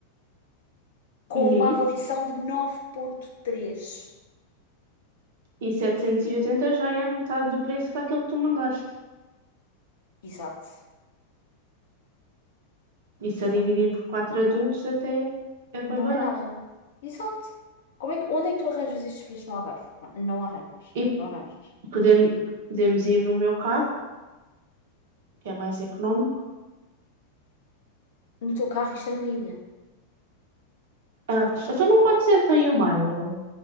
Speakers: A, on the left (about 60°); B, on the right (about 55°).
A: com
B: Uhum.
A: uma avaliação de nove ponto três
B: E setecentos e oitenta já é metade do preço que aquele que tu mandaste.
A: Exato,
B: Isso
A: exato.
B: a dividir por quatro adultos até é bem
A: Não
B: barato.
A: é nada. Exato. Como é que, onde é que tu arranjas estes preços no Algarve? Não arranjas.
B: E
A: Não arranjas.
B: podemos, podemos ir no meu carro, que é mais económico.
A: No teu carro, isto é numa ilha.
B: Ah, então não pode ser tem o Milo.